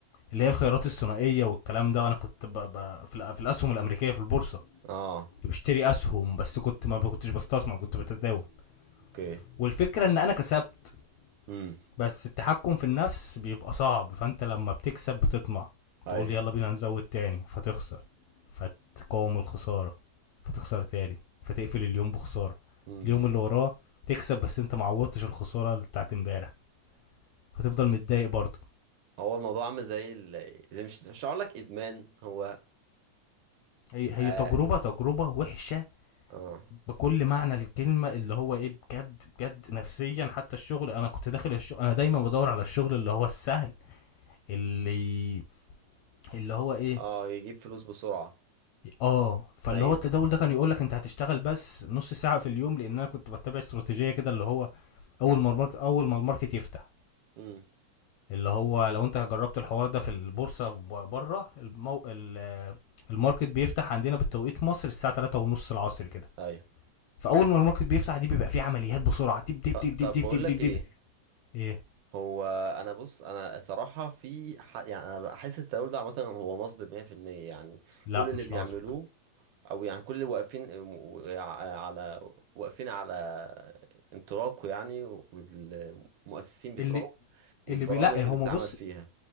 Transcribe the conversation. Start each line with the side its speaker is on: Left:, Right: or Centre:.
Left: اللي هي الخيارات الثنائيه والكلام ده وانا كنت ب... ب... في, الأ... في الاسهم الامريكيه في البورصه
Right: اه
Left: كنت بشتري اسهم بس كنت ما كنتش بستثمر كنت بتداول
Right: اوكي
Left: والفكره ان انا كسبت
Right: امم
Left: بس التحكم في النفس بيبقى صعب فانت لما بتكسب بتطمع
Right: ايوه
Left: تقول يلا بينا نزود تاني فتخسر فتقاوم الخساره فتخسر تاني فتقفل اليوم بخساره
Right: امم
Left: اليوم اللي وراه تكسب بس انت معوضتش الخساره بتاعت امبارح فتفضل متضايق برضه
Right: هو الموضوع عامل زي ال... زي مش مش هقول لك ادمان هو
Left: هي هي
Right: اه
Left: تجربه تجربه وحشه
Right: اه
Left: بكل معنى الكلمه اللي هو ايه بجد بجد نفسيا حتى الشغل انا كنت داخل الشغل انا دايما بدور على الشغل اللي هو السهل اللي اللي هو ايه
Right: آه، يجيب فلوس بسرعة
Left: اه فاللي
Right: ايوه
Left: هو التداول ده كان يقول لك انت هتشتغل بس نص ساعه في اليوم لان انا كنت بتبع استراتيجيه كده اللي هو اول ما الماركت اول ما الماركت يفتح
Right: امم
Left: اللي هو لو انت جربت الحوار ده في البورصه بره المو... ال- الماركت بيفتح عندنا بالتوقيت مصر الساعه 3 ونص العصر كده
Right: ايوه
Left: فاول ما الماركت بيفتح دي بيبقى فيه عمليات بسرعه دب دب
Right: ط...
Left: دب دب
Right: طب
Left: دب
Right: بقول
Left: دب
Right: لك
Left: دب دب
Right: ايه
Left: ايه
Right: هو انا بص انا صراحة في ح... يعني انا بحس التداول ده عامة هو نصب 100% يعني
Left: لا
Right: كل اللي
Left: مش
Right: بيعملوه
Left: نصب
Right: او يعني كل اللي واقفين ع- آه، على واقفين على انطلاقه يعني والمؤسسين بتوعه
Left: اللي
Right: والبرامج
Left: اللي بي... لا هما
Right: اللي بتتعمل
Left: بص
Right: فيها